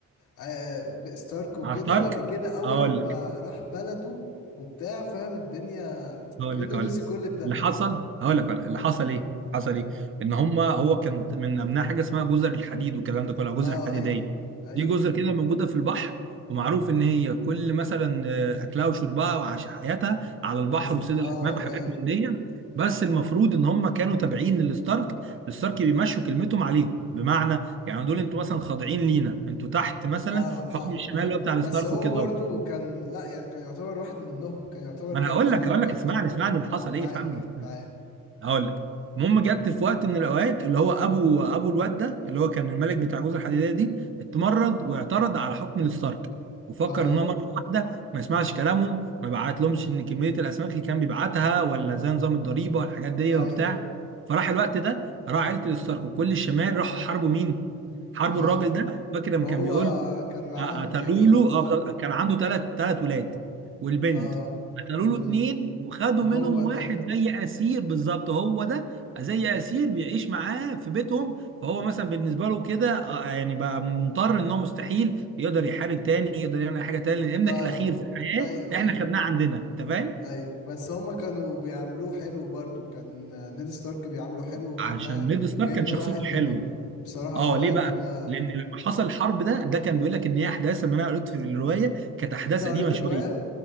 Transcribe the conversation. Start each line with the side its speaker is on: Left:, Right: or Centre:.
Left: آه ب- ستارك وكده
Right: مع ستارك
Left: بعد كده اول
Right: اقول
Left: لما
Right: لك
Left: راح بلده وبتاع فاهم الدنيا
Right: هقول
Left: كانه
Right: لك هقول
Left: نسي
Right: لك
Left: كل ده
Right: اللي حصل هقول لك اللي حصل ايه حصل ايه ان هما هو كان من امنها حاجه اسمها جزر الحديد والكلام ده كله أو جزر
Left: اه
Right: الحديديه
Left: ايوه ايوه
Right: دي جزر كده موجوده في البحر ومعروف ان هي كل مثلا آه، اكلها وشربها وعاش حياتها على البحر
Left: أس...
Right: وصيد
Left: اه
Right: الاسماك وحاجات
Left: ايوه
Right: من دي بس المفروض ان هم كانوا تابعين للستارك الستارك بيمشوا كلمتهم عليهم بمعنى يعني دول انتوا مثلا خاضعين لينا انتوا تحت مثلا
Left: اه فاهمك
Right: حكم الشمال
Left: فاهم
Right: اللي هو بتاع الستارك
Left: بس هو
Right: وكده
Left: برضو كان لا يعني كان يعتبر واحد منهم كان يعتبر
Right: ما
Left: كانه
Right: انا هقول
Left: ستارك
Right: لك هقول لك
Left: اكتر
Right: اسمعني اسمعني اللي حصل
Left: اه
Right: ايه
Left: معاك
Right: فهمني
Left: معاك
Right: هقول لك المهم جت في وقت من الاوقات اللي هو ابو ابو الواد ده اللي هو كان الملك بتاع جوز الحديديه دي اتمرد واعترض على حكم الستارك وفكر
Left: اه
Right: ان هو مره واحده ما يسمعش كلامهم ما بعتلهمش ان كميه الاسماك اللي كان بيبعتها ولا زي نظام الضريبه والحاجات دي
Left: ايوه
Right: وبتاع فراح الوقت ده راح عيله الستارك وكل الشمال راحوا حاربوا مين؟ حاربوا
Left: اه
Right: الراجل ده فاكر لما
Left: وهو
Right: كان بيقول
Left: كان معاهم
Right: آه، قتلوا
Left: تقريبا
Right: له
Left: صح
Right: اه بالظبط. كان عنده ثلاث ثلاث ولاد والبنت
Left: اه
Right: قتلوا
Left: وال
Right: له اتنين وخدوا
Left: وهو
Right: منهم
Left: ده
Right: واحد زي اسير بالظبط هو ده زي اسير بيعيش معاه في بيتهم فهو مثلا بالنسبه له كده آه، يعني بقى مضطر ان هو مستحيل يقدر يحارب تاني يقدر يعمل اي حاجه تاني لان ابنك
Left: اه
Right: الاخير في الحياه
Left: ايوه
Right: احنا
Left: ايوه
Right: خدناه عندنا انت فاهم؟
Left: ايوه بس هما كانوا بيعملوه حلو برضو كان نيد ستارك بيعامله حلو وخلاها
Right: عشان نيد ستارك
Left: كأنه
Right: كان شخصيته
Left: واحد منهم
Right: حلوه
Left: بصراحة
Right: اه
Left: هو
Right: ليه
Left: يعني
Right: بقى؟
Left: انا
Right: لان لما حصل الحرب ده ده كان بيقول لك ان هي احداث لما انا قريت في الروايه كانت احداث
Left: انت قريت
Right: قديمه
Left: الرواية؟
Right: شويه